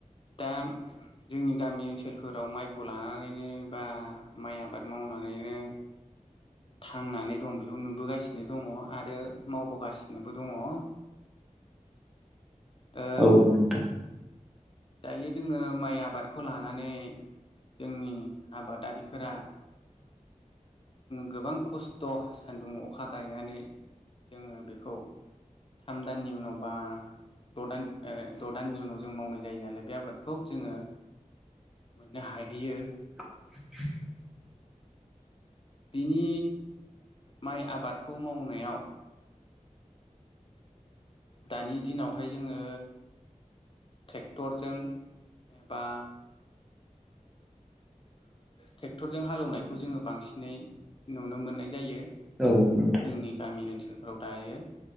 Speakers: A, on the left (about 40°); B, in the centre.
A: दा जोंनि गामि ओनसोलफोराव माइखौ लानानैनो बा माइ आबाद मावनो नानैनो थांनानै दं बेखौ नुबोगासिनो दङ आरो मावबोगासिनोबो दङ। <inaudible> ओ
B: औ नोंथां
A: दायो जोङो माइ आबादखौ लानानै जोंनि आबादारिफोरा गोबां खस्थ' सान्दुं अखा गायनानै जोङो बेखौ थाम दाननि उनावबा द' दान द' दाननि उनाव जों मावनाय जायो नालाय बे आबादखौ जोङो मोननो हाहैयो।
B: <unintelligible>
A: बिनि माइ आबादखौ मावनायाव दानि दिनावहाय जोङो ट्रेक्टरजोंबा ट्रेक्टरजों हालौवनायखौ जोङो बांसिनै नुनो मोननाय जायो।
B: औ नोंथां
A: जोंनि गामि ओनसोलफोराव दायो।